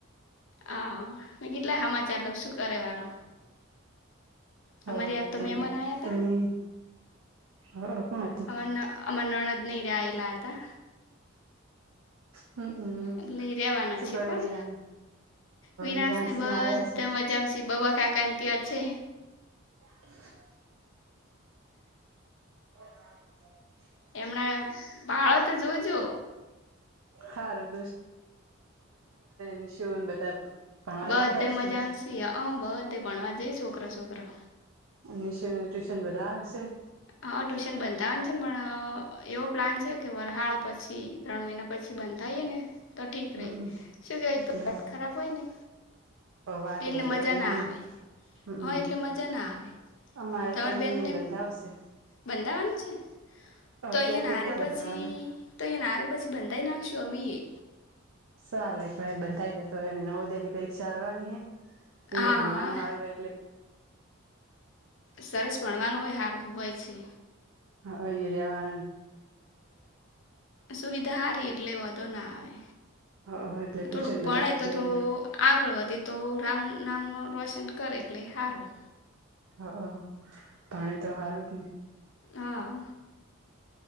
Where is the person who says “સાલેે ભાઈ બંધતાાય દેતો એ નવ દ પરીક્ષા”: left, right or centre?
Right